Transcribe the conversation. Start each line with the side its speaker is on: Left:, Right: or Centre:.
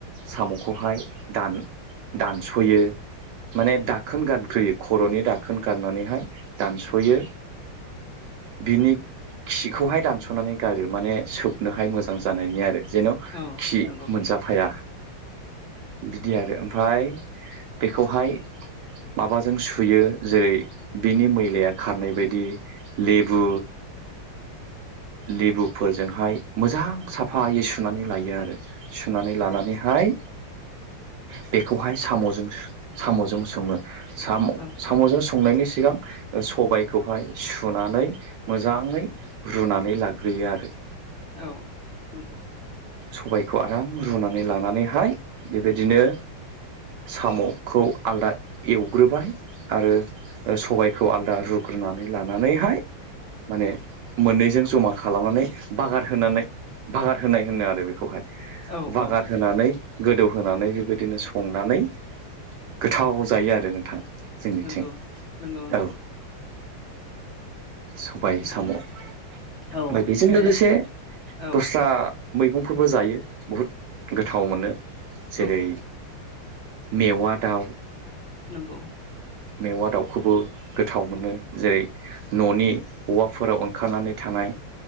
Right: साम'खौहाय दान दानस'यो माने दाखोन गारग्रोयो खर'नि दाखोन गारनानैहाय दानस'यो बिनि खिखौहाय दानस'नानै गारो माने सोबनोहाय मोजां जानायनि आरो। जेन'
Left: औ
Right: खि
Left: नंगौ
Right: मोनजाफाया बिदि आरो ओम। फ्राय बेखौहाय माबाजों सुयो जेरै बिनि मैलाया खारनाय बादि लेबु लेबुफोरजोंहाय मोजां साफायै सु नानै लायो आरो सुनानै लानानैहाय बेखौहाय साम'जोंसो साम'जों सङो। साम'
Left: औ
Right: साम'जों संनायनि सिगां सबायखौहाय सुनानै मोजाङै रुनानै लाग्रोयो आरो
Left: औ नंगौ
Right: सबायखौ आराम रुनानै लानानैहाय बेबायदिनो साम'खौ आलदा एवग्रोबाय आरो सबायखौ आलादा रुग्रोनानै लानानैहाय माने मोननैजों जमा खालामनानै बागार होनानै बागार होनाय होनो आरो। बेखौहाय
Left: औ
Right: बागार
Left: औ
Right: होनानै गोदौहोनानै बेबायदिनो संनानै गोथाव जायो आरो नोंथां जोंनिथिं
Left: नंगौ नंगौ नंगौ।
Right: औ सबाय
Left: ओमफ-
Right: साम' ओमफ्राय
Left: औ
Right: बेजों
Left: ओमफ्राय
Right: लोगोसे
Left: औ
Right: दस्रा मैगंफोरबो जायो बहुद गोथाव मोनो।
Left: औ
Right: जेरै मेवा दाउ
Left: नंगौ।
Right: मेवा दाउखौबो गोथाव मोनो जेरै न'नि औवाफोराव ओंखारनानै थानाय